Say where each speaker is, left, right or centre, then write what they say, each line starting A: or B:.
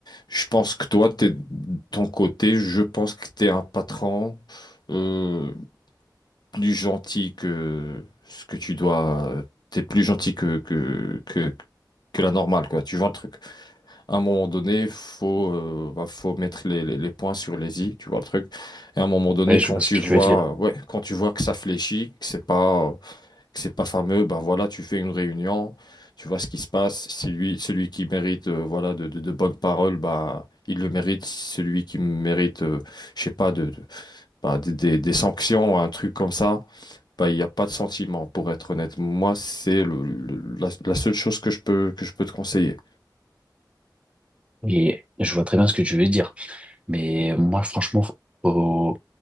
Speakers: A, on the left; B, on the right.
A: Je pense que toi, t'es, de ton côté, je pense que tu es un patron. Euh, plus gentil que ce que tu dois. euh, T'es plus gentil que, que, que, que la normale, quoi. Tu vois le truc. À un moment donné, faut, euh, bah, faut mettre les, les, les points sur les i, tu vois le truc. Et à un moment donné,
B: Ouais, je
A: quand
B: vois
A: tu
B: ce que
A: vois,
B: tu veux dire.
A: euh, ouais, quand tu vois que ça fléchit, que c'est pas, euh, que c'est pas fameux, bah voilà, tu fais une réunion, tu vois ce qui se passe. C'est lui, celui qui mérite, euh, voilà, de, de, de bonnes paroles, bah. Il le mérite, Si celui qui mérite, euh, je sais pas, de de bah, des, des- des sanctions, un truc comme ça, bah, il n'y a pas de sentiment, pour être honnête. Moi, c'est le- le- la, la seule chose que je peux, que je peux te conseiller.
B: Et je vois très bien ce que tu veux dire. Mais moi, franchement, faut-